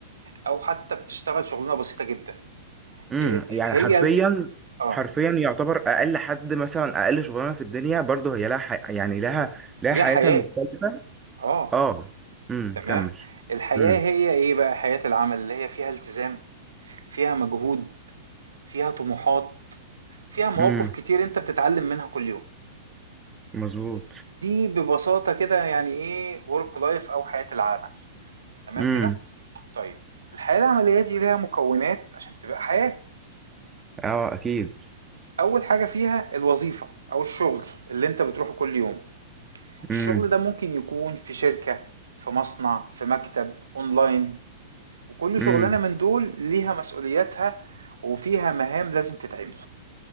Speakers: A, on the right (about 75°); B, on the right (about 15°).
A: أو حتّى بتشتغل شُغلانة بسيطة جدًا،
B: امم
A: آآ
B: يعني
A: هي
B: حرفيا
A: ال آه،
B: حرفيا يعتبر أقل حد مثلا أقل شغلانة في الدنيا برضه هي لها ح... يعني لها لها
A: ليها
B: حياتها
A: حياة،
B: المختلفة
A: آه،
B: اه امم
A: تمام،
B: كمل
A: الحياة
B: امم
A: هي إيه بقى حياة العمل اللي هي فيها التزام فيها مجهود، فيها طموحات، فيها مواقف
B: امم
A: كتير أنت بتتعلم منها كل يوم.
B: مظبوط
A: دي ببساطة كده يعني إيه work life أو حياة العمل تمام
B: امم
A: كده؟ طيب الحياة العملية دي ليها مكونات عشان تبقى حياة
B: اه اكيد
A: أول حاجة فيها الوظيفة أو الشغل اللي أنت بتروحه كل يوم
B: امم
A: الشغل ده ممكن يكون في شركة في مصنع في مكتب أونلاين وكل
B: امم
A: شغلانة من دول ليها مسؤولياتها وفيها مهام لازم تتعمل